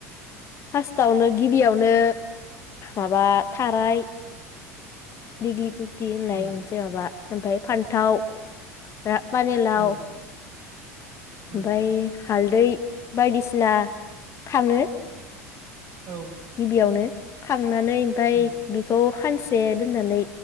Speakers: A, on the left; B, on the right.
A: फार्स्टआवनो गिबियावनो माबा थाराय दिग्लिकुयै थिन होननाय
B: उम
A: मोनसे माबा ओमफाय फान्थाव रा माने लाव
B: ओ
A: ओमफाय
B: ओ
A: हालदै बायदिसिना खाङो
B: औ
A: गिबियावनो खां नानै ओमफाय
B: उम
A: बेखौ खानसे दोननानै